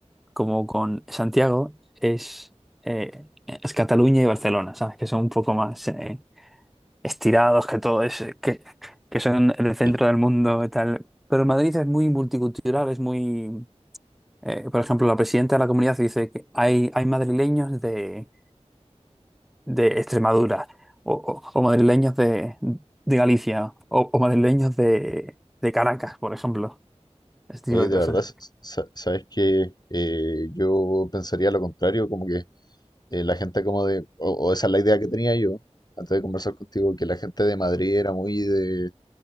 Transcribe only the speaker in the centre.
como con Santiago es, eh, es Cataluña y Barcelona, ¿sabes? Que son un poco más... eh, estirados, que todo es, que, que son el centro
del mundo y tal. Pero Madrid es muy multicultural, es muy... eh, por ejemplo, la presidenta de la comunidad dice que hay, hay madrileños de, de Extremadura, o, o- o madrileños de, de Galicia, o, o madrileños de, de Caracas, por ejemplo. Este
tipo de
cosas.